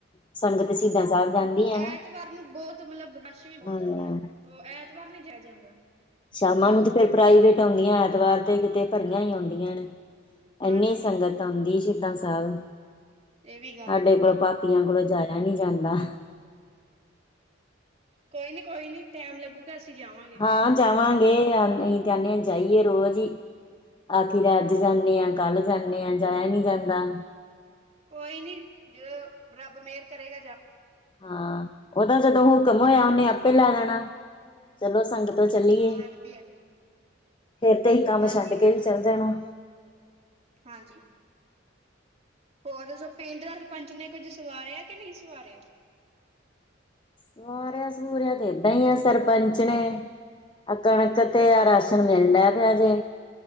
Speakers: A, on the left (about 25°); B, on the right (about 35°).
A: ਸੰਗਤ ਸ਼ਹੀਦਾਂ ਸਾਹਿਬ। ਜਾਂਦੀ ਆ
B: ਐਤਵਾਰ
A: ਨਾ
B: ਨੂੰ ਬੋਤ ਮਤਲਬ ਰਸ਼ ਵੀ ਬੋਤ
A: ਹਾਂ
B: ਹੁੰਦਾ ਏ ਓ ਐਤਵਾਰ ਨਈ ਜਾਇਆ ਜਾਂਦਾ।
A: ਸਾ਼ਮਾਂ ਨੂੰ ਤੇ ਫਿਰ ਪ੍ਰਾਈਵੇਟ ਆਉਂਦੀਆਂ ਐਤਵਾਰ ਤੇ ਕਿਤੇ ਭਰੀਆਂ ਹੀ ਆਉਂਦੀਆਂ ਨੇ।
B: ਹਾਂਜੀ
A: ਇੰਨੀ ਸੰਗਤ ਆਉਂਦੀ ਸਹੀਦਾਂ ਸਾਹਿਬ
B: ਇਹ ਵੀ ਗੱਲ
A: ਸਾਡੇ
B: ਹੈਗੀ
A: ਕੋਲੋਂ
B: ਹੈ
A: ਪਾ ਪੀਆਂ ਕੋਲੋਂ ਜਾਇਆ ਨੀ ਜਾਂਦਾ।
B: ਕੋਈ ਨੀ-ਕੋਈ ਨੀ ਟੈਮ ਲੱਗੂਗਾ ਅਸੀ ਜਾਵਾਂਗੇ।
A: ਹਾਂ ਜਾਵਾਂਗੇ ਅਹੀ ਤੇ ਕੈਣੇ ਜਾਈਏ ਰੋਜ਼ ਈ ਆਖੀ ਤੇ ਅੱਜ ਜਾਂਣੇ ਆਂ ਕੱਲ ਜਾਂਣੇ ਆਂ ਜਾਇਆ ਨਈ ਜਾਂਦਾ।
B: ਕੋਈ ਨੀ ਜਦੋਂ ਰੱਬ ਮੇਹਰ ਕਰੇਗਾ ਜਾ
A: ਹਾਂ ਉਦਾ ਜਦੋਂ ਹੁਕਮ ਹੋਇਆ ਉਨੇ ਆਪੇ ਲੈ ਜਾਣਾ। ਚਲੋ ਸੰਗਤੋਂ ਚੱਲੀਏ
B: ਹਾਂ ਇਹ ਵੀ ਹੈ
A: ਫਿਰ ਤੇ ਅਸੀ ਕੰਮ
B: ਹਾਂਜੀ
A: ਛੱਡ ਕੇ
B: ਹਾਂਜੀ
A: ਵੀ ਚੱਲ ਜਣਾ।
B: ਹਾਂਜੀ ਹੋਰ ਦੱਸੋ ਪਿੰਡ ਦਾ ਰਪੰਚ ਨੇ ਕੁੱਝ ਸਵਾਰਿਆ ਕਿ ਨਈ ਸਵਾਰਿਆ
A: ਸਵਾਰਿਆਂ ਸੂਰਿਆਂ ਤੇ ਏਦਾਂ ਈ ਆ ਸਰਪੰਚ ਨੇ। ਆ ਕਣਕ ਤੇ ਆ ਰਾਸ਼ਨ ਮਿਲ ਡਏ ਪਿਆ ਜੇ।